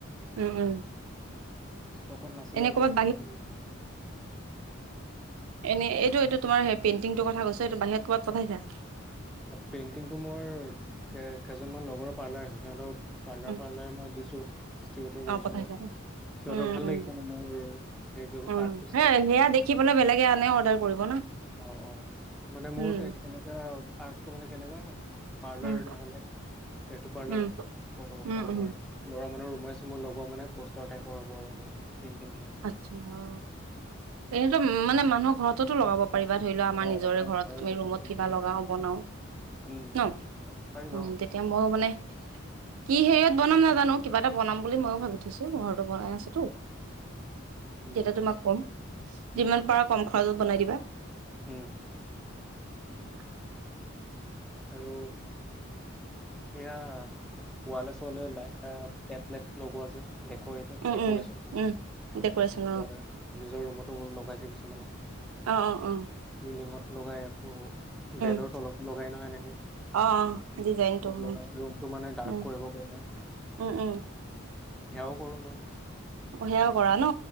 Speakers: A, on the right; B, in the centre.
A: উম, উম।
B: ষ্টকত নাছিলেই
A: এনে ক'ৰবাত
B: মানে ফটো মাৰিছিলে।
A: এনেই এইটো এইটো তোমাৰ পেইণ্টিংটোৰ কথা কৈছ এইটো বাহিৰত ক'ৰবাত পঠাইছা।
B: পেইণ্টিংটো মোৰ কেইজনমান লগৰৰ পাৰ্লাৰ আছে সিহঁতৰ পাৰ্লাৰ
A: উম
B: পাৰ্লাৰে মই দিছো ডষ্ট্ৰিবউটৰ কৰিছো
A: অ পঠাইছা
B: মই
A: ন
B: সিহঁতৰ
A: উম
B: ভাল
A: উম
B: লাগিছে নে মোৰ হেৰিটো
A: উম
B: আৰ্টটো
A: সে
B: চাই ম
A: সেয়া দেখি পেলাই বেলেগে আনে অৰ্ডাৰ কৰিব না
B: অ', অ', মানে মোৰ
A: উম
B: কেনেকাা আৰ্টটো মানে কেনেকা পাৰ্লাৰ
A: উম
B: নহলে সেইটো পাৰ্লাৰ
A: উম
B: আকৌ
A: উম
B: কাৰবাৰ
A: উম
B: লৰা মানুহ ৰুমাইছো মই লগ মানে পষ্টৰ টাইপৰ হ'ব আৰু মোৰ পেইন্টিং খিনি
A: আচ্ছা এনেতো মানে মানুহৰ ঘৰততো লগাব পাৰা ধৰি লও আমাৰ
B: অ
A: নিজৰে
B: মানুহৰ
A: ঘৰত
B: ঘৰৰ ৰুমাই
A: ৰুমত
B: চুমাই
A: কিবা
B: উম
A: লগাও বনাও
B: উম
A: ন,
B: পাৰি পাৰিবা
A: অ', তেতিয়া মই মানে কি হেৰি বনাম নাজানো কিবা এটা বনাম বুলি ময়ো ভাবি থৈছো ঘৰতো বনাই আছোতো
B: উম
A: তেতিয়া তোমাক কম যিমান পাৰা কম খৰচত বনাই দিবা।
B: হম।
A: উ।
B: আৰু এয়া ওৱালে চোৱালে এ টেপলেট লগোৱা যে ডৰেটক
A: উম
B: ডক'ৰেচন
A: উম উম ডেক'ৰেশ্যন
B: এ নিজৰ ৰুমতো লগাইছে কিছুমানে
A: অ অ অ অ
B: <unintelligible> লিঙত লগাই আ
A: উম
B: বেডৰ তলতো লগাই নহয় এনেক প
A: অ অ ডিজাইনটো
B: লগাই
A: উম
B: ৰুমটো মানে ডাৰ্ক
A: উম
B: কৰিবৰ কাৰণে সেয়াও
A: উম উম
B: কৰো মই।
A: সেয়াও কৰা ন